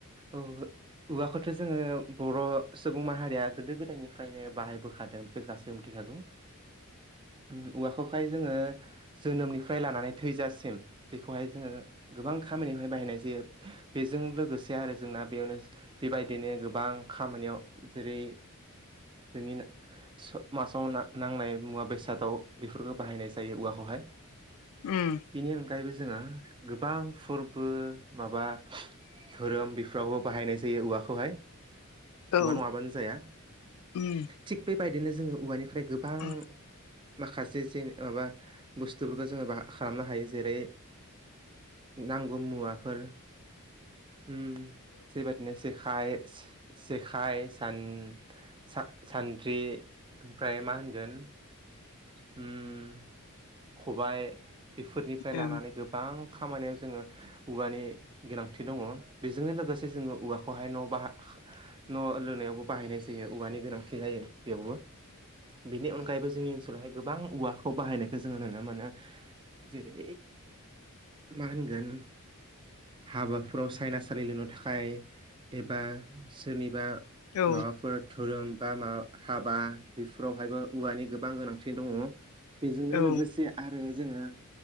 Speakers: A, on the right (about 20°); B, on the left (about 70°).
A: औ औवाखौथ' जोङो बर' सुबुं माहारिया गोदो गोदायनिफ्रायनो बाहायबोखादों बेखौ गासैबो मिथिखागौ
B: <inaudible>
A: उमऔवा'खौहाय जोङो जोनोमनिफ्राय लानानै थैजासिम बेखौहाय जोङो गोबां खामानियावहाय बाहायनाय जायो बेजों लोगोसे जाया आरो जोंना बेयावनो बेबायदिनो गोबां खामानियाव जेरै जोंनिनो समासाव नांनाय मुवा बेसादाव बेफोरखौ बाहायनाय जायो औवा'खौहाय
B: उम
A: बिनि अनगायैबो जोङो गोबां फोरबो माबा धोरोम बेफ्रावबो बाहायनाय जायो औवा'खौहाय
B: औ
A: औवा'नङाबानो जाया
B: उम
A: थिग बेबायदिनो जोङो औवानिफ्राय गोबां
B: औ ओं
A: माखासे जें माबा बुस्थुफोरखौ जोङो माबा खालामनो हायो जेरै नांगौ मुवाफोर उम जेबादिनो जेखाइ' सेखाय सान सा-सान्द्रि ओमफ्राय मा होनगोन उम खबाय बेफोर निफ्राय
B: औ
A: लानानै गोबां खामानियाव जोङो औवानि गोनांथि दङ। बेजोंनो लोगोसे जोङो औवा खौहाय न' बाह न' लुनायावबो बाहायनाय जायो औवा'नि गोनांथि जायो। बेवबो बिनि अनगायैबो जोङि ओनसोलाव बेहाय गोबां औवा'खौ बाहायनायखौ जोङो नुनो मोनो जेरै मा होनगोन हाबाफोराव सायना सालि लुनो थाखाय एबा सोरनिबा
B: ओं औ
A: माबाफोर धोरोम बा मा हाबा बेफोरावहायबो औवानि गोबां गोनांथि दङ। बेजोंनो
B: औ
A: लोगोसे आरो जोङो